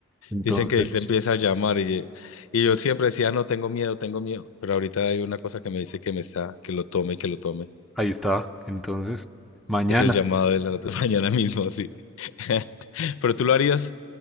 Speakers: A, in the centre; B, on the left.
A: Entonces,
B: Dicen que él te empieza a llamar y, y yo siempre decía, "Ah, no, tengo miedo, tengo miedo, pero ahorita hay una cosa que me dice que me está, que lo tome, que lo tome.
A: ahí está. Entonces, mañana.
B: Es el llamado de la <laughs> mañana mismo, sí. <laughs> ¿Pero tú lo harías?